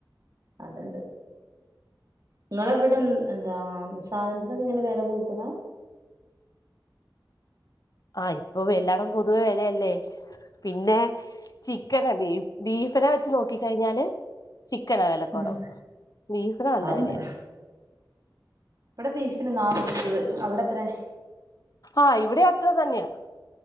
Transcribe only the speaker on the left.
ആ ഇപ്പോ എല്ലാടവും പൊതുവെ വില അല്ലേ പിന്നെ ചിക്കനാ ബീ ബീഫിനെ വെച്ച് നോക്കി കഴിഞ്ഞാല് ചിക്കനാ വില കുറവ്
ബീഫിന് നല്ല
വിലയാ
ആഹ് ഇവിടെയും അത്ര തന്നയാ